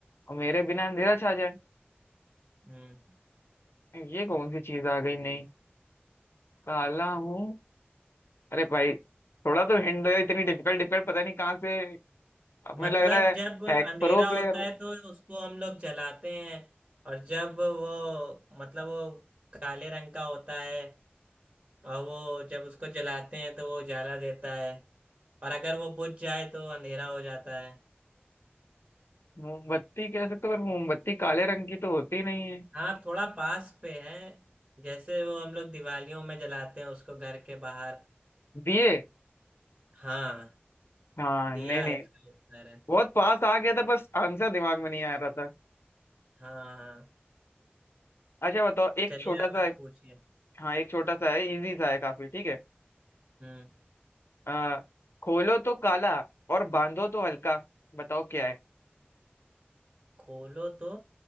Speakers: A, on the left; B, on the right.
A: और मेरे बिना अंधेरा छा जाए
B: है हम्म
A: ये कौन सी चीज आ गई नहीं काला हूँ अरे भाई थोड़ा तो हिंट दो यार इतनी डिफिकल्ट डिफिकल्ट पता नहीं कहाँ से हमें
B: मतलब
A: लग रहा है
B: जब अंधेरा
A: हैक प्रो
B: होता
A: प्लेयर हो
B: है तो उसको हम लोग जलाते हैं और जब वो मतलब वो काले रंग का होता है और वो जब उसको जलाते हैं तो वो उजाला देता है और अगर वो बुझ जाए तो अंधेरा हो जाता है
A: मोमबत्ती कह सकते हो पर मोमबत्ती काले रंग की तो होती नहीं है
B: हाँ थोड़ा पास पे है जैसे वो हम लोग दिवालियों में जलाते हैं उसको घर के बाहर
A: दिए
B: हाँ
A: हाँ
B: दिया
A: नहीं नहीं
B: इसका उत्तर है
A: बहुत पास आ गया था बस आंसर दिमाग में नहीं आ रहा था
B: हाँ हाँ
A: अच्छा बताओ एक
B: चलिए
A: छोटा
B: अब
A: सा
B: आप पूछिए
A: हाँ एक छोटा सा है इजी सा है काफी ठीक है
B: हम्म
A: आ, खोलो तो काला और बांधो तो हल्का बताओ क्या है
B: खोलो तो